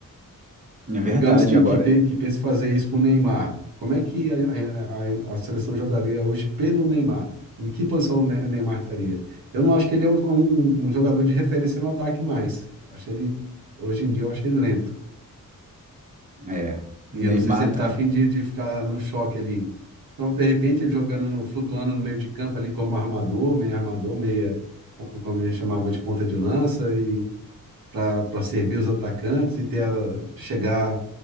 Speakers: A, on the right (about 25°); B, on the right (about 90°).
A: É verdade,
B: Digamos que,
A: agora
B: que, tem, que pense fazer isso com o Neymar. Como é que a, a, a, a seleção jogaria hoje pelo Neymar? Em que posição o Ne- o Neymar estaria? Eu não acho que ele é um, um- um jogador de referência no ataque mais. Acho ele, hoje em dia, eu acho ele lento.
A: é.
B: E
A: O Neymar
B: eu não sei se ele está
A: tá.
B: afim de, de ficar no choque ali. Então, de repente, ele jogando no, flutuando no meio de campo ali como armador, meio armador, meia, como a gente chamava de ponta de lança, e para servir os atacantes e ter a- chegar